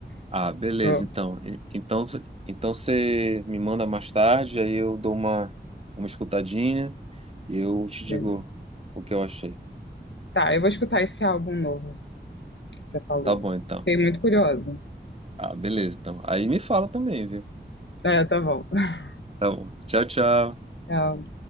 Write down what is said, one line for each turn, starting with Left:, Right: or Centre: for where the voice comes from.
Right: Ah, beleza,
Left: Ô,
Right: então. E- Então, cê- então você me manda mais tarde, aí eu dou uma, uma escutadinha e eu te
Left: beleza.
Right: digo o que eu achei.
Left: Tá, eu vou escutar esse álbum novo que você falou.
Right: Tá bom, então.
Left: Fiquei muito curiosa.
Right: Ah, beleza, então. Aí me fala também, viu?
Left: É, tá bom. <laughs>
Right: Tá bom. Tchau, tchau.
Left: Tchau.